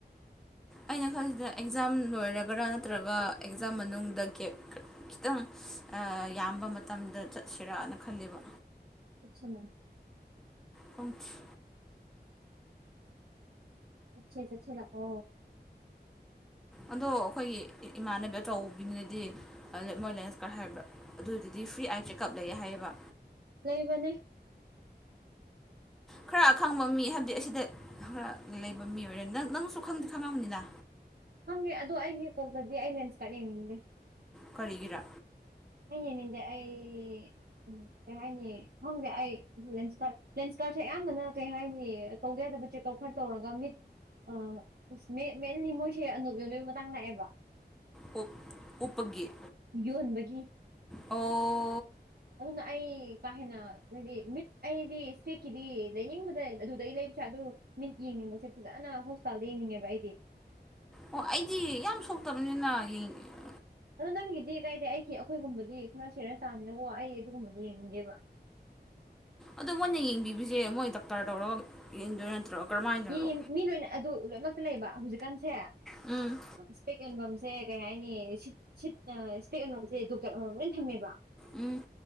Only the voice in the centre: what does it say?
ꯑꯩꯅ ꯈꯟꯁꯤꯗ ꯑꯦꯛꯖꯥꯝ ꯂꯣꯏꯔꯒꯔꯥ ꯅꯠꯇ꯭ꯔꯒ ꯑꯦꯛꯖꯥꯝ ꯃꯅꯨꯡꯗ ꯒꯦꯞ ꯈꯤꯇꯪ ꯑꯥ ꯌꯥꯝꯕ ꯃꯇꯝꯗ ꯆꯠꯁꯤꯔꯥꯅ ꯈꯜꯂꯦꯕ
ꯄꯪꯁꯤ
ꯑꯗꯣ ꯑꯩꯈꯣꯏꯒꯤ ꯏꯃꯥꯟꯅꯕꯤ ꯑꯆꯧꯕꯤꯅꯤꯅꯗꯤ ꯂꯦꯞ ꯃꯣꯏꯂꯦꯟꯁ ꯈꯔ ꯍꯥꯏꯕ꯭ꯔꯥ ꯑꯗꯨꯗꯨꯗꯤ ꯐ꯭ꯔꯤ ꯑꯥꯏ ꯆꯦꯛꯑꯞ ꯂꯩꯌꯦ ꯍꯥꯏꯌꯦꯕ
ꯈꯔ ꯑꯈꯪꯕ ꯃꯤ ꯍꯥꯏꯕꯗꯤ ꯑꯁꯤꯗ ꯈꯔ ꯂꯩꯕ ꯃꯤ ꯑꯣꯏꯔꯦ ꯅꯪ ꯅꯪꯁꯨ ꯈꯪꯗꯤ ꯈꯪꯉꯕꯅꯤꯅ
ꯀꯔꯤꯒꯤꯔ
ꯎꯞ ꯎꯞꯄꯒꯤ
ꯑꯣ꯫
ꯑꯣ ꯑꯩꯗꯤ ꯌꯥꯝ ꯁꯣꯛꯇꯕꯅꯤꯅ ꯌꯦꯡ ꯑ
ꯑꯗꯣ ꯃꯣꯏꯅ ꯌꯦꯡꯕꯤꯕꯁꯦ ꯃꯣꯏ ꯗꯥꯛꯇꯔ ꯇꯧꯔꯒ ꯌꯦꯡꯗꯣꯏ ꯅꯠꯇ꯭ꯔꯣ꯫ ꯀꯔꯝꯍꯥꯏꯅꯔꯣ
ꯎꯝ
ꯎꯝ꯫